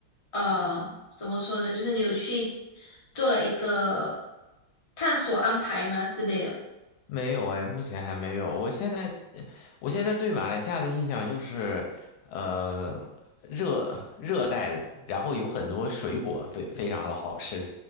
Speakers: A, on the left; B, on the left.
A: 呃怎么说呢？就是你有去做了一个探索安排吗之类的？
B: 没有哎，目前还没有。我现在我现在对马来西亚的印象就是，呃，热热带，然后有很多水果非非常的好吃，